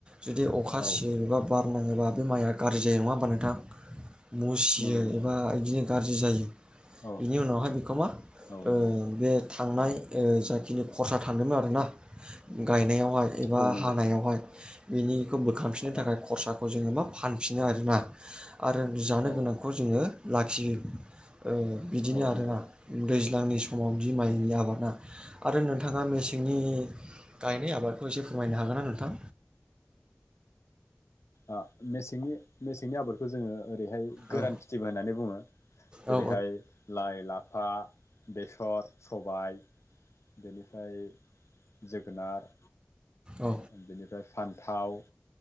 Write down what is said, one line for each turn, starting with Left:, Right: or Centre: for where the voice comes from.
Right: जुदि अखा
Left: औ
Right: सियोबा बार नांङोबा बे माइआ गाज्रि जायो नंङा होमबा नोंथां? मुसियो
Left: नंगौ नंगौ
Right: एबा बिदिनो गाज्रि जायो।
Left: औ
Right: बेनि उनावहाय बेखौ मा
Left: औ
Right: ओ
Left: नंगौ
Right: बे थांनाय ओ जाखिनि खरसा थांदोंमोन आरोना गायनायावहाय एबा
Left: औ नंगौ
Right: हानायावहाय बेनिखौ बोखांफिननो
Left: औ
Right: थाखाय खरसाखौ जोनङो मा फानफिनो आरोना आरो जानो
Left: औ
Right: गोनांखौ जोंङो लाखियो ओ बिदिनो
Left: औ
Right: आरोना
Left: नंगौ
Right: दैज्लां सिगांनि समाव बि माइनि
Left: औ
Right: आबाद ना आरो नोंथांङा मेसेंनि गायनाय आबादखौ एसे फोरमायनो हागोनना नोंथां?
Left: ओ मेसेंनि मेसेंनि आबादखौ जोंङो ओरैहाय
Right: औ
Left: गोरान खिथिबो होननानै बुंङो जेरैहाय
Right: औ
Left: लाइ, लाफा, बेसर, सबायाइ, बेनिफ्राय जोगोनार
Right: औ
Left: बेनिफ्राय फान न्थाव,